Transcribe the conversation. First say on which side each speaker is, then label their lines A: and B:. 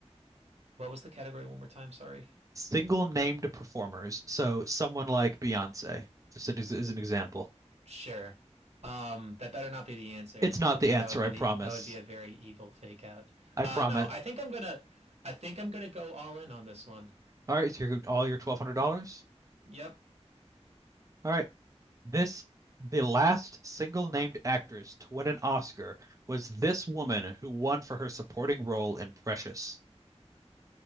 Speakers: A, on the right; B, on the right.
A: What was the category one more time? Sorry.
B: Single named performers. So someone like Beyonce, just as, as an example.
A: Sure. Um, that better not be the answer
B: It's not
A: because
B: the answer,
A: that would be
B: I
A: the
B: promise.
A: e, that would be a very evil fake out.
B: I
A: Uh,
B: promise.
A: no, I think I'm gonna, I think I'm gonna go all in on this one.
B: All right, so you're all your twelve hundred dollars.
A: Yep.
B: All right. This the last single named actress to win an Oscar was this woman who won for her supporting role in Precious. Is